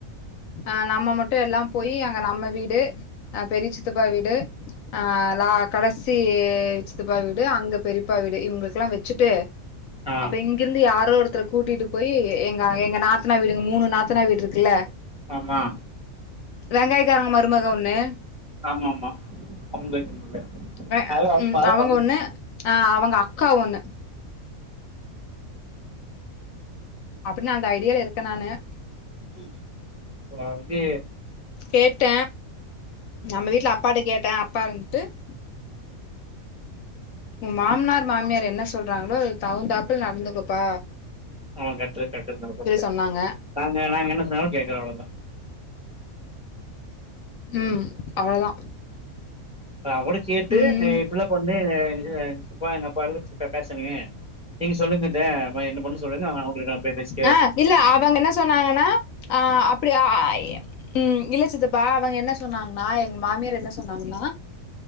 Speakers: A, on the left; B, in the centre.
A: அ நம்ம மட்டு எல்லா போய் அங்க நம்ம வீடு அ பெரிய சித்தப்பா வீடு அ லா கடசி சித்தப்பா வீடு அங்க பெரியப்பா வீடு இவங்கக்கெல்லா வச்சுட்டு
B: ஆ
A: அப்ப எங் இருந்து யாரோ ஒருத்தர கூட்டிட்டு போய் எங்க எங்க நாத்தனா வீடுங்க மூணு நாத்தனா வீடு இருக்குல்ல
B: ஆமா
A: வெங்காயக்காரங்க மருமக ஒன்னு
B: ஆமா ஆமா அவங்க <unintelligible>
A: வெ ம் அவங்க ஒண்ணு ஆ அவங்க அக்கா ஒண்ணு அப்படின் அந்த ஐடியால இருக்க நானு
B: <unintelligible> போது
A: கேட்ட நம்ம வீட்ல அப்பாகிட்ட கேட்ட அப்பா இருந்துட்டு <inaudible> உ மாமனார் மாமியார் என்ன சொல்றாங்களோ அதுக்கு தகுந்தாப்ள நடந்துகப்பா
B: ம் கரெக்ட் கரெக்ட் நாங்க
A: சொன்னாங்க
B: நாங்க என்ன சொன்னாலு கேக்குற அவ்ளோதா
A: ம் அவ்வளதா
B: இப்ப அவங்கூட சேத்து
A: ம்
B: புள்ள பொண்ணு இது அப்பா எங்க அப்பா கூட பேசுறங்க நீங்க சொல்லுங்கத்த என்ன பண்ணணு சொல்லுங்க உங்களுக்காக நா பேச
A: ஆ இல்ல அவங்க என்ன சொன்னாங்கன்னா அ அப்டியா ம் இல்ல சித்தப்பா அவங்க என்ன சொன்னாங்னா எங்க மாமியார் என்ன சொன்னாங்ளா